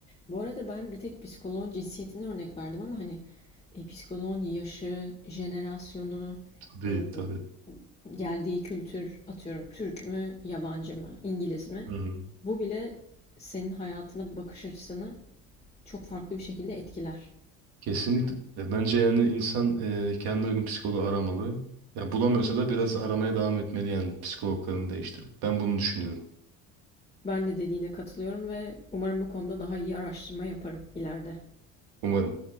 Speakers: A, on the left; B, on the right.
A: Bu arada ben bir tek psikoloğun cinsiyetini örnek verdim ama, hani, eee, psikoloğun yaşı, jenerasyonu,
B: Tabii
A: eee,
B: tabii.
A: geldiği kültür, atıyorum Türk mü, yabancı mı, İngiliz mi?
B: Hı-hı.
A: Bu bile senin hayatına bakış açısını çok farklı bir şekilde etkiler.
B: Kesinlikle. Bence yani insan e, kendine uygun psikoloğu aramalı. Yani bulamıyorsa da biraz aramaya devam etmeli yani psikologlarını değiştirip. Ben bunu düşünüyorum.
A: Ben de dediğine katılıyorum ve umarım bu konuda daha iyi araştırma yaparım ileride.
B: Umarım.